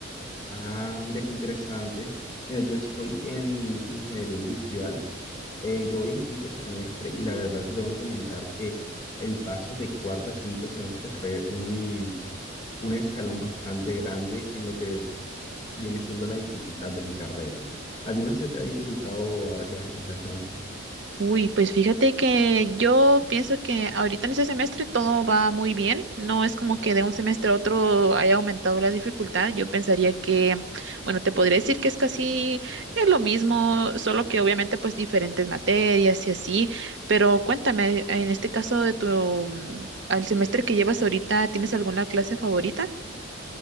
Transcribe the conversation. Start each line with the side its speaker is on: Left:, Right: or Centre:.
Left: Ah, mira qué interesante. Mira, yo estoy en ingeniería industrial, eh, yo voy en quinto semestre y la verdad te tengo que comentar que el paso de cuarto a quinto semestre fue un, un escalón bastante grande en lo que viene siendo la dificultad de mi carrera. ¿A ti no se te ha dificultado ahora que vas en tercer semestre?
Right: Uy, pues fíjate que yo pienso que ahorita en este semestre todo va muy bien. No es como que de un semestre a otro haya aumentado la dificultad. Yo pensaría que, bueno, te podría decir que es casi eh, lo mismo, solo que obviamente pues diferentes materias y así. Pero cuéntame, en este caso de tu, mm, al semestre que llevas ahorita, ¿tienes alguna clase favorita?